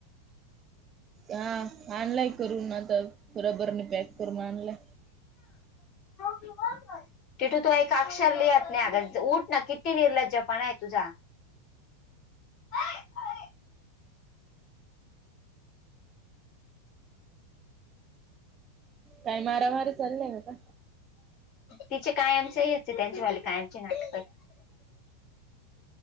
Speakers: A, on the right (about 25°); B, on the left (about 30°).
A: हां आणलाय करून आता बरोबर म- पॅक करून आणलाय.
B: <inaudible> तिठू तू एक अक्षर लिहत नाही अगं. ऊठ नां किती निर्लज्जपण आहे तुझा. ओय अरे-
A: काही मारामारी चालय का?
B: तिचे कायमचे हेच त्यांच्या वाले कायमचे नाटक.